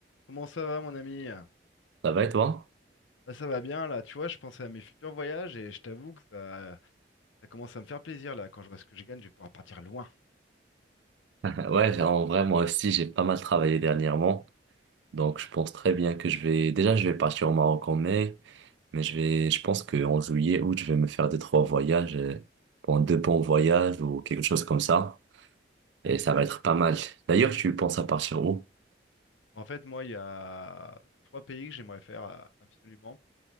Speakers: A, on the left (about 85°); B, on the right (about 75°).
A: Comment ça va, mon ami? Bah,
B: Ça va et toi?
A: ça va bien, là. Tu vois, je pensais à mes futurs voyages et je t'avoue que ça, ça commence à me faire plaisir, là. Quand je vois ce que je gagne, je vais pouvoir partir loin.
B: <laughs> Ouais, j'ai- en vrai, moi aussi, j'ai pas mal travaillé dernièrement. Donc, je pense très bien que je vais, déjà, je vais partir au Maroc en mai, mais je vais, je pense qu'en juillet, août, je vais me faire deux, trois voyages, euh, bon, deux bons voyages ou quelque chose comme ça. Et ça va être pas mal. D'ailleurs, tu penses à partir où?
A: En fait, moi, il y a trois pays que j'aimerais faire euh, absolument.